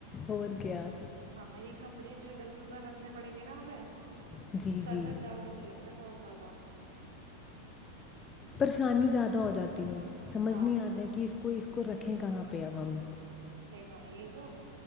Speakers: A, on the left; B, on the right.
A: اور کیا
B: ہاں یہ کپڑے جو ادھرس ادھر رکھ نے پڑیں گے نا ہمیں
A: جی
B: سر
A: جی
B: میں درد ہونے لگتا ہے بہت زیادہ
A: پریشانی زیادہ ہو جاتی ہے سمجھ
B: ہاں
A: نہیں آتا ہے کہ اس کو کوئی اس کو رکھیں کہاں پہ اب ہم
B: ش گا یہ تو